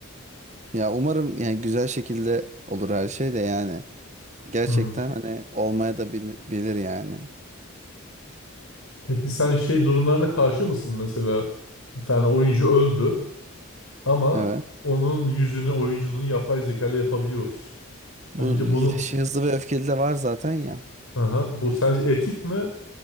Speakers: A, on the right (about 35°); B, on the left (about 80°).
A: Ya umarım yani güzel şekilde olur her şey de yani. Gerçekten
B: Hmm.
A: hani olmaya da bil- bilir yani.
B: Peki sen şey durumlarına karşı mısın? Mesela bir tane oyuncu öldü. Ama
A: Evet.
B: onun yüzünü, oyunculuğunu yapay zeka ile yapabiliyoruz. Sence
A: Bu
B: bunu,
A: şey, hızlı ve öfkeli de var zaten ya.
B: aha, bu sence etik mi?